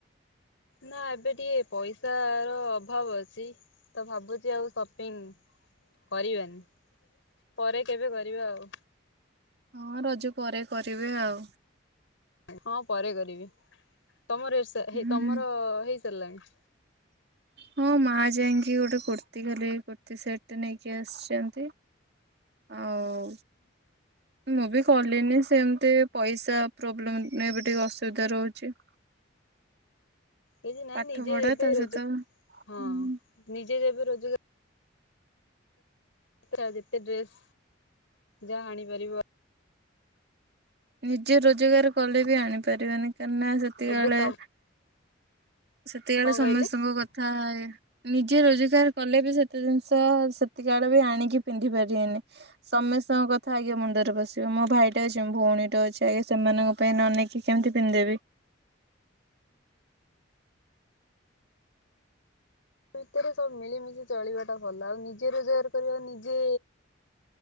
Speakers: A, on the left (about 80°); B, on the right (about 55°).
A: ନା ଏବେ ଟିକେ ପଇସା ର ଅଭାବ ଅଛି ତ ଭାବୁଛି ଆଉ ସପିଙ୍ଗ୍ କରିବାନି ପରେ କେବେ କରିବା ଆଉ।
B: ହଁ ରଜ ପରେ କରିବେ ଆଉ।
A: ହଁ ପରେ କରିବି ତମର ଇଷା ହେଇ
B: ହୁଁ
A: ତମର ହେଇ ସାରିଲାଣି?
B: ହଁ ମା ଯାଇକି ଗୋଟେ କୁର୍ତ୍ତୀ ଖାଲି ଏଇ କୁର୍ତ୍ତୀ ସେଟେ ନେଇକି ଆସିଛନ୍ତି। ଆଉ। ମୁଁ ବି କଲିନି ସେମିତି ପଇସା ପ୍ରୋବ୍ଲେମ ଏବେ ଟିକେ ଅସୁବିଧା ରହୁଛି।
A: କିଛି ନାଇ
B: ପାଠ
A: ନିଜେ
B: ପଢା
A: ଯେବେ
B: ତା ସହିତ
A: ରୋଜଗା ହଁ
B: ଉଁ,
A: ନିଜେ ଯେବେ ରୋଜଗା ଯେତେଟା ଯେତେ ଡ୍ରେସ୍ ଯାହା ଆଣି ପାରିବ।
B: ନିଜେ ରୋଜଗାର କଲେ ବି ଆଣିପାରିବେନି କାହିଁକି ନା ସେତିକା
A: ଏବେ
B: ବେଳେ
A: ତ
B: ସେତେକାବେଳେ
A: କଣ
B: ସମସ୍ତଙ୍କ
A: କହିଲେ
B: କଥା ୟା ନିଜେ ରୋଜଗାର କଲେ ବି ସେତେ ଜିନିଷ ସେତିକା ବେଳେ ବି ଆଣିକି ପିନ୍ଧି ପାରିବେନି। ସମସ୍ତଙ୍କ କଥା ଆଗେ ମୁଣ୍ଡରେ ପଶିବମୋ ଭାଇଟେ ଅଛି ମୋ ଭଉଣୀ ଟେ ଅଛି ଆଗେ ସେମାନଙ୍କ ପେ ନ ନେଇକି କେମିତି ପିନ୍ଦେ ବେ।
A: ଭିତରେ ସବୁ ମିଳିମିଶି ଚଳିବା ଟା ଭଲଆଉ ନିଜେ ରୋଜଗାର କରିବ ନିଜେ।